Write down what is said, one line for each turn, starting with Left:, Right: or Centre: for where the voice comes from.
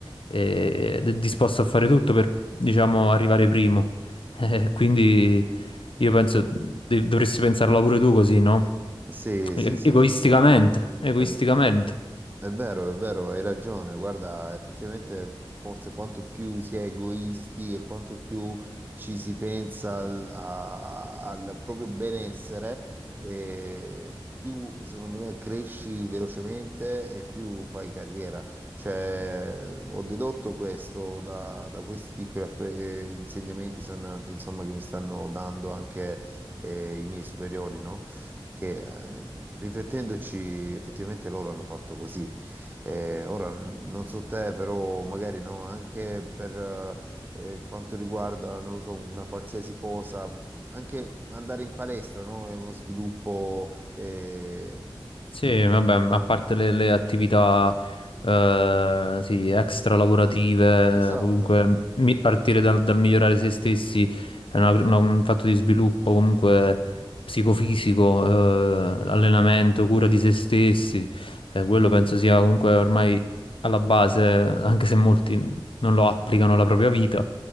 Left: e- ed è disposto a fare tutto per, diciamo, arrivare primo. <laughs>
Right: Mm.
Left: Eh, quindi io penso de- dovresti pensarla pure tu così, no?
Right: Sì,
Left: E-
Right: sì, sì,
Left: Egoisticamente, egoisticamente.
Right: è, È vero, è vero, hai ragione. Guarda, effettivamente forse quanto più si è egoisti e quanto più ci si pensa al, a- al proprio benessere, eh, più secondo me cresci velocemente e più fai carriera. Cioè, ho dedotto questo da, da questi piccoli appre- eh, insegnamenti, son- insomma, che mi stanno dando anche, eh, i miei superiori, no? che eh, riflettendoci effettivamente loro hanno fatto così. Eh, ora n- non so te, però magari no, anche per eh, eh, quanto riguarda, non lo so, una qualsiasi cosa, anche andare in palestra, no? È uno sviluppo. eh,
Left: Sì, vabbè, a parte le, le attività eh, sì, extra lavorative,
Right: Esatto.
Left: comunque mi- partire dal, dal migliorare se stessi è una- una- un fatto di sviluppo comunque psicofisico, eh, allenamento, cura di se stessi, eh, quello penso sia comunque ormai alla base, anche se molti non lo applicano alla propria vita.